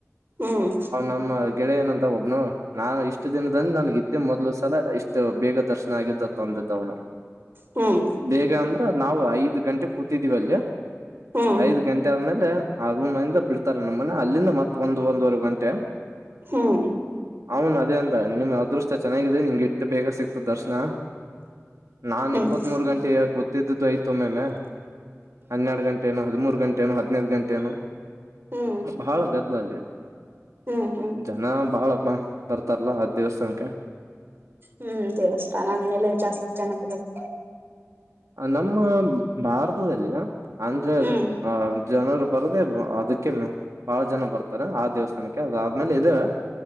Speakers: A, on the right; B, on the right.
A: ಹ್ಮ್ ಹ್ಮ್
B: ನಮ್ಮ ಗೆಳೆಯನಂತ ಒಬ್ಬನು ನಾನಿಷ್ಟು ದಿನದನ್ ನನಗಿದ್ದ್ದ ಮ ಸಲ ಇಷ್ಟು ಬೇಗ ದರ್ಶನ ಆಗಿದ್ದ ತಂದಿದ್ದ ಅವನು
A: ಹ್ಮ್.
B: ಬೇಗ ಅಂದ್ರ ನಾವು ಐದ್ ಗಂಟೆ ಕೂತಿದ್ದೀವ ಅಲ್ಲಿ
A: ಹ್ಮ್
B: ಐದ್ ಗಂಟೆ ಆದ್ಮೇಲೆ. ಆ ರೂಮ್ಂದ ಬಿಡ್ತಾರೆ ನಮ್ಮನೆ ಅಲ್ಲಿಂದ ಮತ್ತ ಒಂದ ಒಂದವರೆ ಗಂಟೆ.
A: ಹ್ಮ್.
B: ಅವನ್ ಅದೇ ಅಂದ ನಿಮ್ ಅದೃಷ್ಟ ಚೆನ್ನಾಗಿದೆ ನಿಮ್ಗೆ ಇಟ್ಟ ಬೇಗ ಸಿಕ್ತು ದರ್ಶನ. ನಾನ್
A: ಹ್ಮ್
B: ಇಪ್ಪತ್ತ್ ಮೂರು ಗಂಟೆ. ಕೂತ್ತಿದ್ದುಯ್ತೊಮ್ಮೆಮ್ಮೆ ಹನ್ನೆರಡು ಗಂಟೆ ನೋ ಹದಿಮೂರು ಗಂಟೆ ಹದಿನೈದು ಗಂಟೆನೋ
A: ಹ್ಮ್
B: ಭಾಳ ಗತ್ತ ಬ <inaudible>
A: ಹ್ಮ್ ಹ್ಮ್
B: ಜನ ಬಾಳ ಬರ್ತಾರಲ್ಲ ಆ ದೇವಸ್ಥಾನಕ್ಕೆ
A: ಹ್ಮ್ ದೇವಸ್ಥಾನ ಅಂದ್ಮೇಲೆ ಜಾಸ್ತಿ ಜನ ಬರದು
B: ನಮ್ಮ ಭಾರತದಲ್ಲಿಯಾ ಅಂದ್ರೆ
A: ಹ್ಮ್
B: ಆ ಜನರು ಬರೋದೇ ಅದಕ್ಕೆನೆ ಬಹಳ ಜನ ಬರ್ತಾರೆ ಆ ದೇವಸ್ಥಾನಕ್ಕೆ ಅದಾದ್ಮೇಲೆ ಇದೇವೆ.